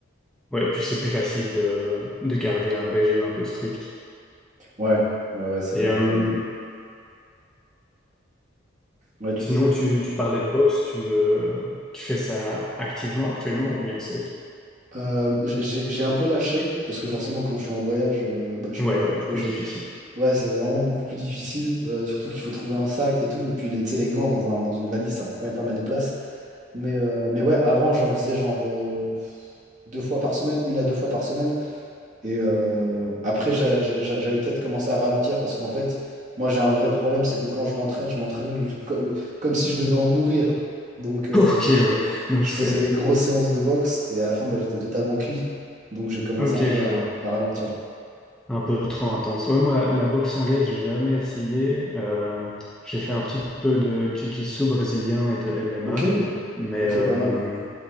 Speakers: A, in the centre; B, on the right (about 40°).
A: ouais, et puis c'est plus facile de... de garder un régime un peu strict.
B: Ouais, ouais, ouais, c'est vrai
A: Et euh,
B: que. Ouais, tu
A: sinon,
B: disais.
A: tu... tu parlais de boxe, tu, euh, tu fais ça activement actuellement ou bien c'est...
B: Euh, j'ai j'ai- j'ai un peu lâché, parce que forcément, quand je suis en voyage, euh, bah, je,
A: Ouais,
B: je-
A: ouais,
B: tu
A: plus difficile.
B: vois, Ouais, c'est vraiment beaucoup plus difficile, euh, surtout qu'il faut trouver un sac et tout, et puis les, tu sais, les gants dans un, dans une valise, ça prend quand même pas mal de place. Mais, euh, mais ouais, avant, j'en faisais genre euh, deux fois par semaine, une à deux fois par semaine. Et euh, après, j'a- j'a- j'avais peut-être commencé à ralentir parce qu'en fait, moi, j'ai un vrai problème, c'est que quand je m'entraîne, je m'entraîne co- comme, si je devais en mourir. Donc, euh,
A: <laughs> Ok,
B: donc
A: ouais.
B: je,
A: Donc
B: je
A: c'est...
B: faisais des grosses séances de boxe et à la fin, bah, j'étais totalement cuit. Donc, j'ai commencé
A: Ok,
B: un peu
A: je
B: à,
A: vois.
B: à ralentir.
A: Un peu trop intense. Ouais, moi, la boxe anglaise, j'ai jamais essayé. Euh, j'ai fait un petit peu de jiu-jitsu brésilien et de MMA.
B: Ok,
A: Mais
B: ok,
A: euh,
B: pas mal.